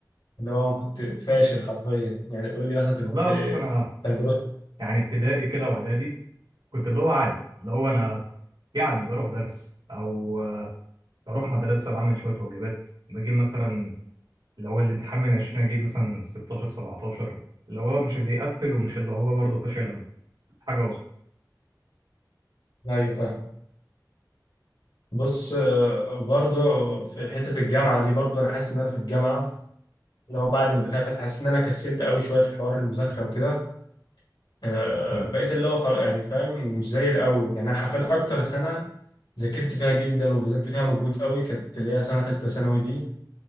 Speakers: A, on the left; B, on the right.
A: اللي هو كنت فاشل حرفيا يعني قول لي مثلا انت كنت
B: والله بص انا
A: تجربة
B: يعني ابتدائي كده واعدادي كنت اللي هو عادي اللي هو انا يعني بروح درس او آه، بروح مدرسه بعمل شويه واجبات بجيب مثلا اللي هو الامتحان من 20 اجيب مثلا 16 17 اللي هو مش اللي يقفل ومش اللي هو برضه فاشل قوي حاجه وسط
A: ايوه فاهم بص آه، برضه في حتة الجامعة دي برضه انا حاسس ان انا في الجامعة لو بعد ما دخلت حاسس ان انا كسلت قوي شوية في حوار المذاكرة وكده آه،
B: تمام
A: بقيت اللي هو خلاص يعني فاهم مش زي الاول يعني انا حرفيا اكتر سنة ذاكرت فيها جدا وبذلت فيها مجهود قوي كانت اللي هي سنة تالتة ثانوي دي